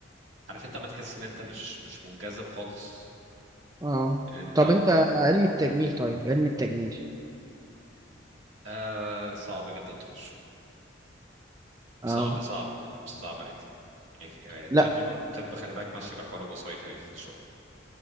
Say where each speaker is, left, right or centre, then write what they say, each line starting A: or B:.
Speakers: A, on the right (about 75°); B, on the right (about 15°).
A: عارف أنت ما تحس إن أنت مش مش منجذب خالص
B: اه
A: إن أنت
B: طب انت علم التجميل طيب علم التجميل
A: آه صعب جدا تخش صعب
B: اه
A: صعب مش صعب عادي يعني في يعني طب
B: لا
A: ب- طب خلي بالك ماشيه بحوار الوسايط قوي في الشغل